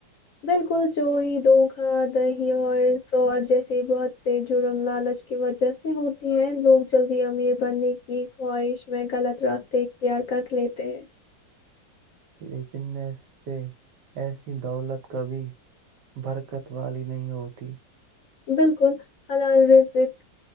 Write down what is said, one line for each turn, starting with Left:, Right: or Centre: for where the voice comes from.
Left: بالکل چوری دو ہاں دہی اور فراڈ جیس بہت سے جرم لالچ کی وجہ سے ہوتی ہیں لوگ جلد امییر پنے کی خواہش میں غلط راستے اختیار کر لیتے ہیں
Right: لیکن اس سے ایسی دولت کبھی برکت والی نہیں ہوتی
Left: بالکل حلال رزق